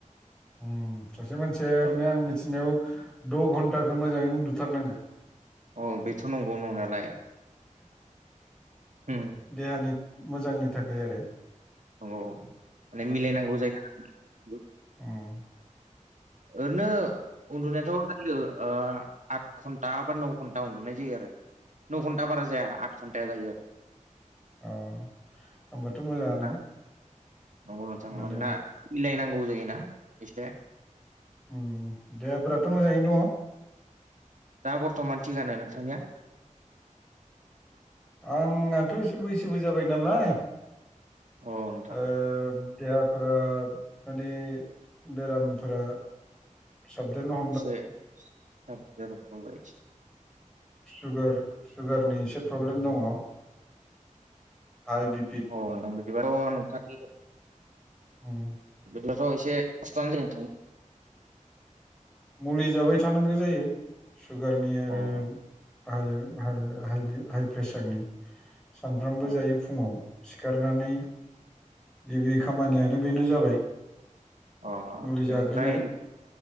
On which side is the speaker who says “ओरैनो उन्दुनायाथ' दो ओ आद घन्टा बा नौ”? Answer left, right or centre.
Right